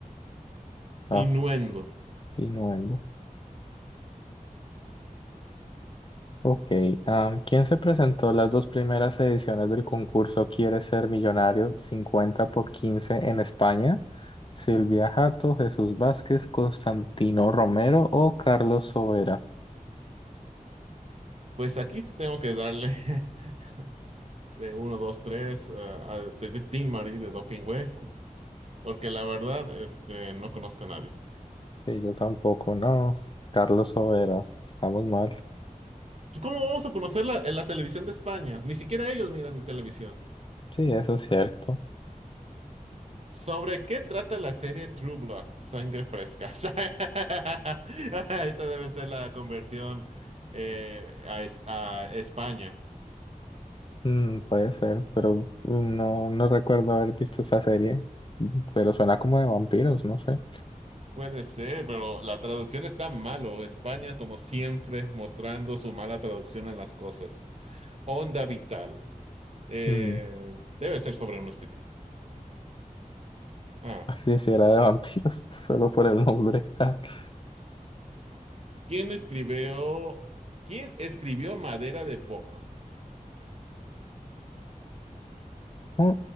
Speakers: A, on the left; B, on the right.
A: Ah,
B: Innuendo.
A: Innuendo. Ok, am, ¿quién se presentó a las dos primeras ediciones del concurso Quiere ser millonario 50 por 15 en España? ¿Silvia Jato, Jesús Vázquez, Constantino Romero o Carlos Sobera?
B: Pues aquí sí tengo que darle <laughs> de uno, 2, 3 a de, de Tin Marín de Dopingüe, cu- porque la verdad, este, no conozco a nadie.
A: Sí, yo tampoco, no. Carlos Sobera, estamos mal.
B: Pues, ¿Cómo vamos a conocer la, en la televisión de España? Ni siquiera ellos miran televisión.
A: Sí, eso es cierto.
B: ¿Sobre qué trata la serie True Blood? Sangre fresca. <laughs> Esta debe ser la conversión eh, a, es- a España.
A: Mm, puede ser, pero mm, no, no recuerdo haber visto esa serie, mm, pero suena como de vampiros, no sé.
B: Puede ser, pero la traducción está malo. España, como siempre, mostrando su mala traducción a las cosas. Onda vital. Eh,
A: Mm,
B: debe ser sobre un hospital. Ah,
A: <laughs> quisiera de vampiros, <laughs> solo por el nombre. <laughs>
B: ¿quién escribió? ¿Quién escribió Madera de Boc?
A: Mm,